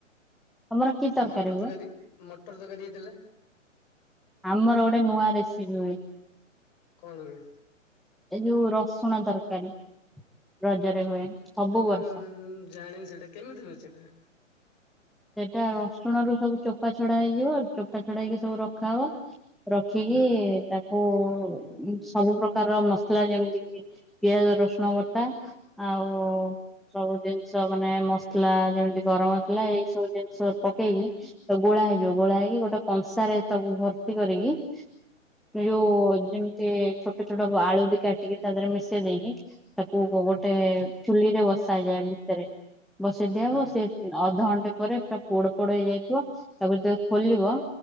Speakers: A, in the centre; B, on the left (about 35°).
A: ତମର କି
B: ମଟର
A: ହୁଏ?
B: ତରକାରୀ। ମଟର ତରକାରୀ ହେଇଥିଲା।
A: ଆମର ଗୋଟେ ନୂଆ ରେସିପି ହୁଏ।
B: କଣ ହୁଏ?
A: ଏ ଯୋଉ ରସୁଣ ତରକାରୀ, ରଜରେ ହୁଏ ସବୁ
B: ଉଁ
A: ବର୍ଷ।
B: ଜାଣିନି ସେଇଟା, କେମିତି ହୁଏ ସେଇଟା?
A: ସେଟା ରସୁଣ ରୁ ସବୁ ଚୋପା ଛଡା ହେଇଯିବ। ଚୋପା ଛଡା ହେଇକି ସବୁ ରଖା ହବ। ରଖିକି
B: ହୁଁ
A: ତାକ ଓ ଉଁ ସବୁ ପ୍ରକାର ମସଲା ଯେମିତି କି ପିଆଜ ରସୁଣ ବଟା ଆଉ ସବୁ ଜିନିଷ ମାନେ ମସଲା ଯେମିତି ଗରମ ଥିଲା ଏଇ ସବୁ ଜିନିଷ ପକେଇକି ତ ଗୋଳା ହେଇଯିବ ଗୋଳା ହେଇକି ଗୋଟେ କଂସାରେ ତାକୁ ଭର୍ତ୍ତି କରିକି ଯୋଉ ଯେମିତି କି ଛୋଟ ଛୋଟ ଆଳୁ ବି କାଟିକି ତା ଦେହରେ ମିଶେଇ ଦେଇକି ତାକୁ ଗୋ ଗୋଟେ ଚୁଲି ରେ ବସାଯାଏ ଭିତରେ। ବସେଇ ଦିଆହବ
B: ହୁଁ
A: ସେ ଅଧ ଘଣ୍ଟେ ପରେ ପୁରା ପୋଡ଼ ପୋଡ଼ ହେଇଯାଇଥିବ ତାକୁ ଯେତେଳେ ଖୋଲିବ